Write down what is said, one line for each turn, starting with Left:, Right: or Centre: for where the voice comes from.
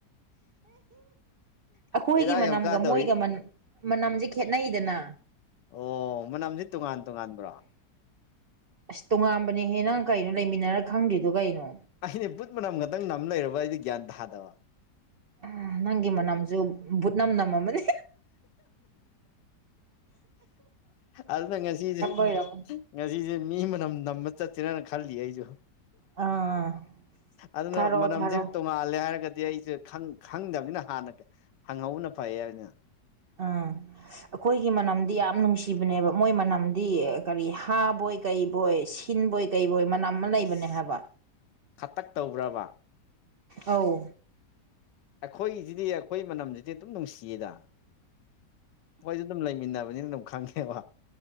Right: ꯑꯩꯈꯣꯏꯒꯤ
Left: ꯕꯦꯔꯥ
Right: ꯃꯅꯝꯒ
Left: ꯌꯥꯝ ꯀꯥꯗꯧꯔꯤ
Right: ꯃꯣꯏꯒ ꯃꯅꯝ ꯃꯅꯝꯁꯦ ꯈꯦꯠꯅꯩꯗꯅ
Left: ꯑꯣ ꯃꯅꯝꯁꯤ ꯇꯣꯉꯥꯟ ꯇꯣꯉꯥꯟꯕ꯭ꯔꯣ
Right: ꯑꯁ ꯇꯣꯉꯥꯟꯕꯅꯦꯍꯦ ꯅꯪ ꯀꯩꯅꯣ ꯂꯩꯃꯤꯟꯅꯔ ꯈꯪꯗ꯭ꯔꯤꯗꯣ ꯀꯩꯅꯣ
Left: ꯑꯗꯤ ꯕꯨꯠ ꯃꯅꯝ ꯈꯛꯇꯪ ꯅꯝ ꯂꯩꯔꯕ ꯑꯩꯗꯤ ꯒ꯭ꯌꯥꯟ ꯇꯥꯗꯕ
Right: ꯑ ꯅꯪꯒꯤ ꯃꯅꯝꯁꯨ ꯕꯨꯠ ꯅꯝ ꯅꯝꯂꯝꯃꯅꯤ
Left: ꯑꯗꯨꯅ ꯉꯁꯤꯖꯦ
Right: ꯑꯣꯏꯔꯝꯃꯅꯤ
Left: ꯉꯁꯤꯁꯦ ꯃꯤ ꯃꯅꯝ ꯅꯝꯕ ꯆꯠꯁꯤꯔꯅ ꯈꯜꯂꯤ ꯑꯩꯁꯨ
Right: ꯑꯥ
Left: ꯑꯗꯨꯅ
Right: ꯊꯥꯔꯛꯑꯣ
Left: ꯃꯅꯝꯁꯦ
Right: ꯊꯥꯔꯛꯑꯣ
Left: ꯇꯣꯡ ꯃꯥꯜꯂꯦ ꯍꯥꯏꯔꯒꯗꯤ ꯑꯩꯁꯦ ꯈꯪꯗꯕꯅꯤꯅ ꯍꯥꯟꯅ ꯍꯪꯍꯧꯕꯅ ꯐꯩ ꯍꯥꯏꯕꯅ <unintelligible>
Right: ꯑꯥ ꯑꯩꯈꯣꯏꯒꯤ ꯃꯅꯝꯗꯤ ꯌꯥꯝ ꯅꯨꯡꯁꯤꯕꯅꯦꯕ ꯃꯣꯏ ꯃꯅꯝꯗꯤ ꯀꯔꯤ ꯍꯥꯕꯣꯏ ꯀꯩꯕꯣꯏ ꯀꯤꯟꯕꯣꯏ ꯀꯩꯕꯣꯏ ꯃꯅꯝ ꯑꯃ ꯂꯩꯕꯅꯦ
Left: ꯑꯁ
Right: ꯍꯥꯏꯕ
Left: ꯈꯇꯛ ꯇꯧꯕ꯭ꯔꯕ
Right: ꯑꯥꯎ
Left: ꯑꯩꯈꯣꯏꯒꯤꯁꯤꯗꯤ ꯑꯩꯈꯣꯏ ꯃꯅꯝꯁꯤꯗꯤ ꯑꯗꯨꯝ ꯅꯨꯡꯁꯤꯌꯦꯗ ꯑꯩꯈꯣꯏꯁꯨ ꯑꯗꯨꯝ ꯂꯩꯃꯤꯟꯅꯕ ꯅꯤꯅ ꯑꯗꯨꯝ ꯈꯪꯉꯦꯕ